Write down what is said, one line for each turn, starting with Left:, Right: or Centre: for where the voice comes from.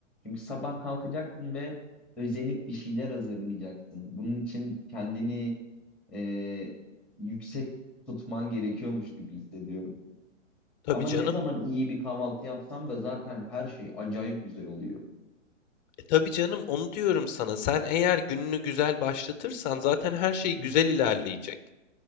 Centre: Çünkü sabah kalkacaksın ve özenip bir şeyler hazırlayacaksın. Bunun için kendini e, yüksek tutman gerekiyormuş gibi hissediyorum.
Left: Tabii
Centre: Ama
Left: canım.
Centre: ne zaman iyi bir kahvaltı yapsam da zaten her şey acayip güzel oluyor.
Left: E, tabii canım, onu diyorum sana. Sen eğer gününü güzel başlatırsan zaten her şey
Centre: Hı
Left: güzel
Centre: hı.
Left: ilerleyecek.